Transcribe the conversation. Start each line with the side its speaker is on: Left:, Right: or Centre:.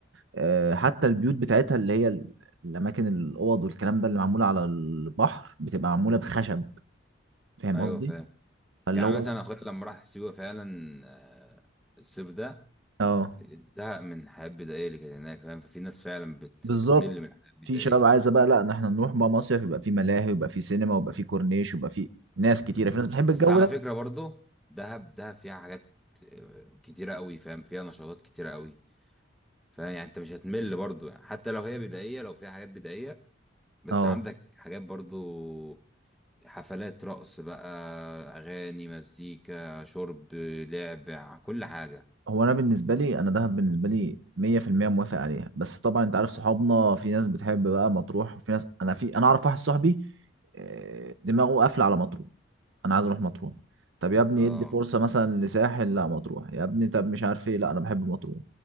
Right: آه، حتى البيوت بتاعتها اللي هي ال- الأماكن الأوض والكلام ده اللي معمولة على البحر بتبقى معمولة بخشب
Centre: مم.
Right: فاهم
Centre: ايوه
Right: قصدي؟
Centre: فاهم
Right: فاللي
Centre: يعني
Right: هو
Centre: مثلا اخويا لما راح سيوه فعلا آه، الصيف ده
Right: آه
Centre: زهق من الحياه البدائيه اللي كانت هناك فاهم ففي ناس فعلا بت...
Right: بالظبط
Centre: بتمل من الحياه البدائيه
Right: في شباب عايزه بقى لا إن احنا نروح بقى مصيف يبقى في ملاهي ويبقى في سينما ويبقى في كورنيش ويبقى في ناس كتيره
Centre: مم.
Right: في ناس بتحب
Centre: بس
Right: الجو
Centre: على
Right: ده
Centre: فكره برضو دهب دهب فيها حاجات آه، كتيره قوي فاهم فيها نشاطات كتيره قوي فاهم يعني انت مش هتمل برضو يعني حتى لو هي بدائيه لو فيها حاجات بدائيه بس
Right: اه
Centre: عندك حاجات برضو حفلات رقص بقى اغاني مزيكا شرب لعب كل حاجه
Right: هو انا بالنسبه لي انا دهب بالنسبه لي 100% موافق عليها بس طبعا انت عارف صحابنا في ناس بتحب بقى مطروح وفي ناس انا في انا اعرف واحد صاحبي آه، دماغه قافله على مطروح انا عايز اروح مطروح طب يا ابني
Centre: اه
Right: ادي فرصه مثلا لساحل لا مطروح يا ابني طب مش عارف ايه لا انا بحب مطروح